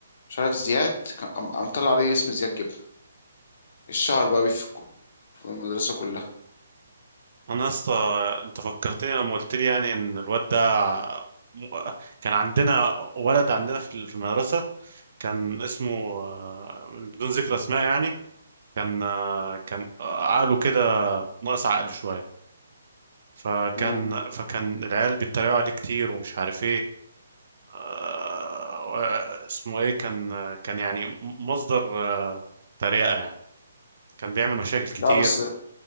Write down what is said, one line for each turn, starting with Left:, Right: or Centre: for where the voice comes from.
Left: مش عارف زياد كان قام قام طلع عليه اسم زياد جبنه الشهر بقى بيه في الك- في المدرسه كلها
Right: انا يا اسطى انت فكرتني لما قلت لي يعني ان الواد ده م- كان عندنا ولد عندنا في ال- في المدرسة كان اسمه آه، بدون ذكر اسماء يعني كان آه، كان آه، عقله كده ناقص عقل شوية فكان
Left: مم.
Right: فكان العيال بيتريقوا عليه كتير ومش عارف ايه آه، اسمه ايه كان كان يعني مصدر آه، تريقة يعني كان بيعمل مشاكل كتير
Left: لا بس